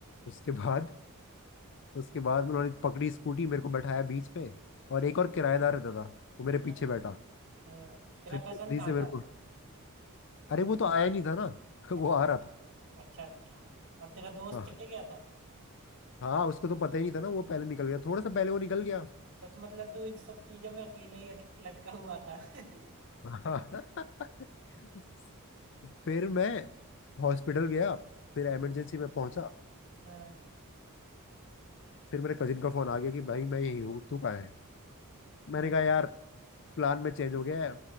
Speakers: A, on the left; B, on the right.
A: उसके बाद उसके बाद उन्होंने पकड़ी स्कूटी मेरे को बैठाया बीच पे और एक और किराएदार रहता था वो मेरे
B: हाँ
A: पीछे बैठा
B: हाँ तेरा
A: फिर तेजी
B: कजन कहाँ
A: से मेरे
B: था
A: को अरे वो तो आया नहीं था ना <laughs> वो
B: अ-
A: आ रहा था
B: अच्छा अच्छा और तेरा दोस्त
A: हाँ
B: चले गया था
A: हाँ उसको तो पता ही नहीं था ना वो पहले निकल गया थोड़ा सा पहले वो निकल गया
B: तो, तो मतलब तू इन सब चीजों में अकेले ही अट- लटका हुआ था <laughs>
A: हाँ। <laughs> फिर मैं हॉस्पिटल गया फिर इमरजेंसी
B: हाँ
A: में पहुंचा
B: हाँ
A: फिर मेरे कजिन का फोन आ गया कि भाई मैं यहीं हूँ तू कहाँ है मैंने
B: हाँ
A: कहा यार प्लान में चेंज हो गया है